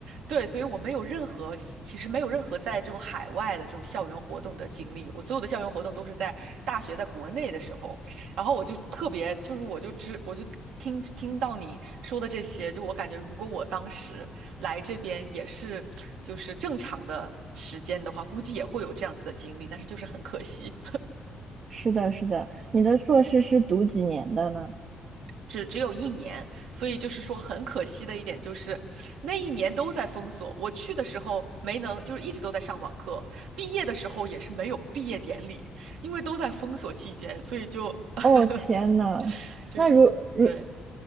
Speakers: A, on the right; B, on the right.
A: 对，所以我没有任何，其实没有任何在这种海外的这种校园活动的经历。我所有的校园活动都是在大学在国内的时候。然后我就特别，就是我就知，我就听听到你说的这些，就我感觉，如果我当时来这边也是就是正常的时间的话，估计也会有这样子的经历，但是就是很可惜，
B: 是的，是的，你的硕士是读几年的呢？
A: 只只有一年，所以就是说很可惜的一点就是那一年都在封锁，我去的时候没能，就是一直都在上网课，毕业的时候也是没有毕业典礼，因为都在封锁期间，所以就 <laughs>
B: 哦，天呐，
A: 就是所对。
B: 那如如